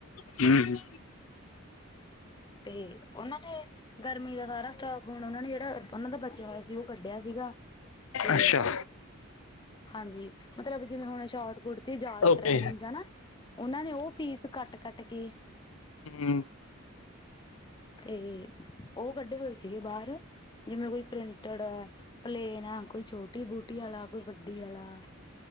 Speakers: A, on the left; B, on the left.
A: <unintelligible> ਹੂ ਹੂ
B: ਤੇ ਉਹਨਾਂ ਨੇ ਗਰਮੀ ਦਾ ਸਾਰਾ ਸਟਾਕ ਹੋਣਾ, ਉਹ ਨੇ ਜਿਹੜਾ ਉਹਨਾਂ ਦਾ ਬਚਿਆ ਹੋਇਆ ਉਹ ਕੱਢਿਆ ਸੀਗਾ ਤੇ
A: ਅੱਛਾ
B: ਹਾਂਜੀ ਮਤਲਬ ਜਿਵੇਂ ਹੁਣ ਸ਼ੋਟ ਕੁੜਤੀ, ਜ਼ਿਆਦਾ
A: ਓਕੇ
B: ਟਰੈਂਡਿੰਗ ਚ ਹੈ ਉਹਨਾਂ ਨੇ ਉਹ ਪੀਸ ਕੱਟ ਕੱਟ ਕੇ
A: ਹੂ
B: ਤੇ ਉਹ ਕੱਢੇ ਹੋਏ ਸੀਗੇ ਬਾਹਰ ਜਿਵੇਂ ਕੋਈ ਪ੍ਰਿੰਟਡ ਐ, ਪਲੇਨ ਆ ਕੋਈ ਛੋਟੀ ਬੂਟੀ ਵਾਲਾ ਕੋਈ ਵੱਡੀ ਵਾਲਾ।